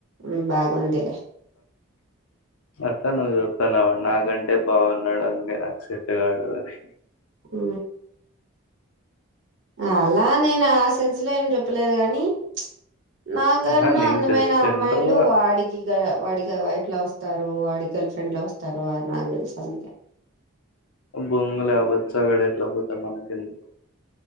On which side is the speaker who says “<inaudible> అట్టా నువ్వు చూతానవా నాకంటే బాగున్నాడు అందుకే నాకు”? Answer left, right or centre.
Left